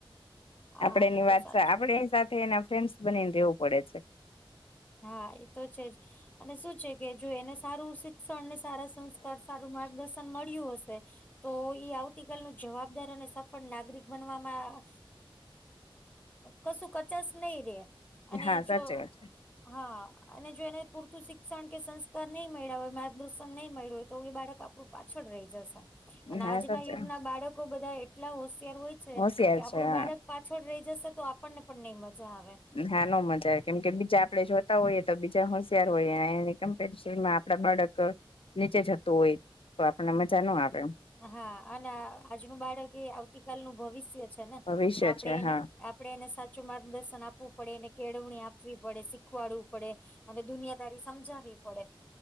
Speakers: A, on the left; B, on the left.
A: હા
B: આપડે એની
A: એ તો
B: વાત
A: સાચું.
B: છે આપડે એની સાથે એના ફન્ડ બનીને દેવું પડે છે.
A: હા એ તો છે જ અને શું છે કે જો એને સારું શિક્ષણ સારા સંસ્કાર સારું માર્ગદર્શન મળ્યું હશે. તો એ આવતીકાલ ન જવાબદાર અને સફળ નાગરિક બનવામાં કશું કચાાસ નહીિ રે અને
B: હા સાચી
A: જો
B: વાત
A: હા અને જો એને પૂરતું શિક્ષણ કે સંસ્કાર નહી મળ્યા હોય માર્ગદર્શન નહી મળ્યું હોય. તો એ બાળક આપણું પાછળ રહી જશે
B: છે
A: અને
B: હા
A: આજના
B: સાચી
A: યુગના
B: વાત
A: બાળકો બધા એટલા હોશિયાર હોય.
B: હોશિયાર
A: કે આપડું
B: છે હા
A: બાળક પાછળ રહી જશે તો આપણને પણ નઈ મજા આવે.
B: હા નો મજા આવે કેમ કે બીજા આપડે જોતા હોઈએ તો બીજા હોશિયાર હોયએ એનીમ્પેરનમાં આપડા બાળક નીચે જતું હોય તો આપણે મજા ન આવે એમ
A: હા અને આજનું બાળક એ આવતીકાલનું ભવિષ્ય છે ને
B: ભવિષ્ય
A: તો આપડે
B: છે
A: એને
B: હા
A: આપ એને સાચું માર્ગદર્શન આપવું પડે એને કેળવણી આપવી પડે. શીખવાડવું પડે અને દુનિયાદારી સમજાવવી પડે.